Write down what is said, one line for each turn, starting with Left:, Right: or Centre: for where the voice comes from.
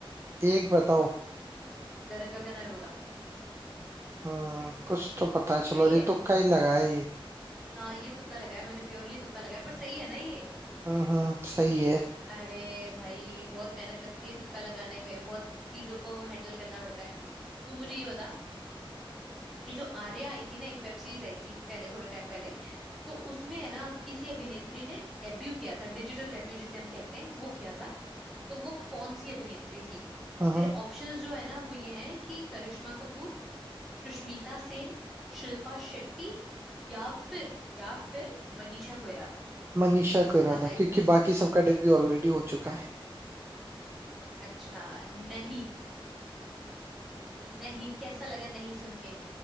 Right: एक बताओ
Centre: गर, गगन अरोड़ा
Right: हम्म कुछ तो पता है
Centre: सही
Right: चलो और ये
Centre: है
Right: तुक्का ही लगाया ये
Centre: हाँ ये तुक्का लगाया मैंने प्योरली तुक्का लगाया पर सही है ना ये
Right: हम्म हम्म, सही है
Centre: अरे भाई बहुत मेहनत लगती है तुक्का लगाने में बहुत चीजों को हैंडल करना पड़ता है तू मुझे ये बता ये जो आर्या आई थी ना एक वेब सीरीज आई थी पहले थोड़े टाइम पहले तो उसमें है ना किसी अभिनेत्री ने डेब्यू किया था डिजिटल डेब्यू जिसे हम कहते हैं वो किया था तो वो कौन सी अभिनेत्री थी
Right: <laughs>
Centre: तेरे ऑप्शंस जो है ना वो ये हैं कि करिश्मा कपूर सुष्मिता सेन शिल्पा शेट्टी या फिर या फिर मनीषा कोइराला
Right: मनीषा कोइराला
Centre: बताइए
Right: क्योंकि बाकी सबका डेब्यू ऑलरेडी हो चुका है
Centre: अच्छा नहीं नहीं कैसा लगा नहीं सुन के